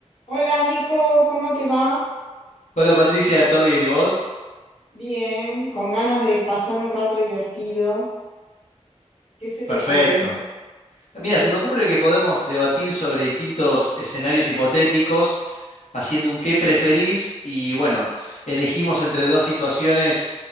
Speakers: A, on the left; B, on the left.
A: Hola Nico, ¿cómo te va?
B: Hola Patricia, ¿todo bien? ¿Y vos?
A: Bien, con ganas de pasar un rato divertido. ¿Qué se te
B: Perfecto.
A: ocurre?
B: Mira, se me ocurre que podemos debatir sobre distintos escenarios hipotéticos, haciendo un qué preferís y bueno, elegimos entre dos situaciones